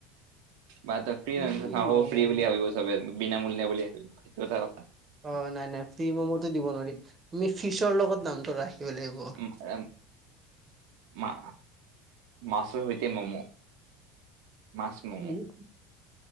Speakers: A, on the right; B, on the right.
A: বা তই ফ্ৰী
B: ফি
A: ন হব
B: ম'ম'
A: ফ্ৰী বুলি ভাবিব চবে বিনামূলিয়া বুলি ভাবিব সেইটো এটা কথা।
B: অ নাই নাই ফ্ৰীম মতে দিব নোৱাৰিম তুমি ফিচৰ লগত নামটো ৰাখিব লাগিব।
A: উম এ মা মাছৰ সৈতে মম'। মাছ মম'
B: উম।